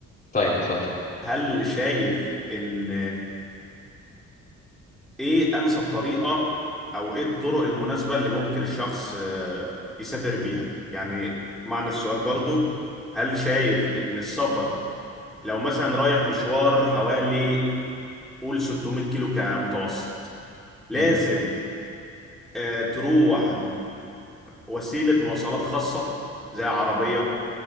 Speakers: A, on the left; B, in the centre.
A: طيب اتفضل
B: هل شايف ان ايه انسب طريقة او ايه الطرق المناسبة اللي ممكن الشخص آه، يسافر بيها يعني معنى السؤال برضو هل شايف ان السفر لو مثلا رايح مشوار حوالي قول 600 كيلو كمتوسط لازم
A: مم.
B: آه، تروح بوسيلة مواصلات خاصة زي عربية